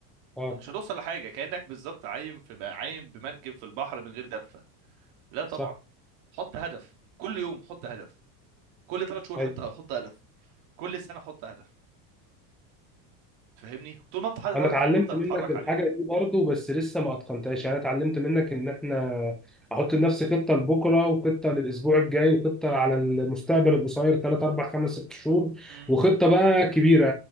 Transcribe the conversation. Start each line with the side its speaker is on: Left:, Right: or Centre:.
Centre: اه
Right: مش هتوصل لحاجه كانك بالظبط عايم في عايم بمركب في البحر من غير دفه لا طبعا
Centre: صح
Right: حط هدف كل يوم حط هدف كل ثلاث شهور حتى
Centre: ايوه
Right: احط هدف كل سنه احط هدف فاهمني طول ما انت حاطط
Centre: انا
Right: هدف
Centre: اتعلمت
Right: طول ما انت هتتحرك
Centre: منك الحاجه
Right: عليه
Centre: دي برضه بس لسه ما اتقنتهاش يعني أنا اتعلمت منك ان احنا احط لنفسي خطه لبكره وخطه للاسبوع الجاي وخطه على المستقبل القصير 3 4 5 6 شهور
Right: امم
Centre: وخطه بقى كبيره